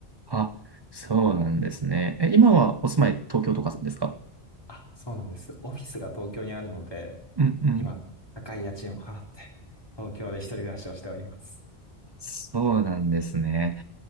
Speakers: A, on the right (about 35°); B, on the left (about 25°).
A: あ、そうなんですね。え、今はお住まい東京とかですか
B: あ、そうなんです。オフィスが東京にあるので、
A: うん、うん。
B: 今、高い家賃を払って、東京で一人暮らしをしております。
A: そうなんですね。